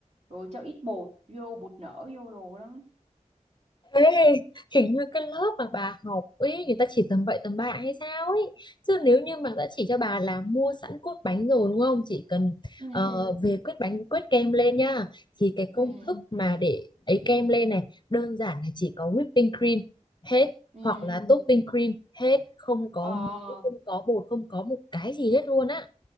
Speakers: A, on the right; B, on the left.
A: rồi cho ít bột vô bột nở vô đồ đó
B: Ê, hình như cái lớp mà bà học ấy người ta chỉ tầm bậy tầm bạ hay sao ấy chứ nếu như mà đã chỉ cho bà là mua sẵn cốt bánh rồi đúng không chỉ cần
A: ừ
B: ờ, về quét bánh quét kem lên nhá thì cái công
A: ừ
B: thức mà để ấy kem lên này đơn giản là chỉ có whipping cream hết
A: ừ
B: hoặc là topping cream hết không có
A: ờ
B: muối không có bột không có một cái gì hết luôn á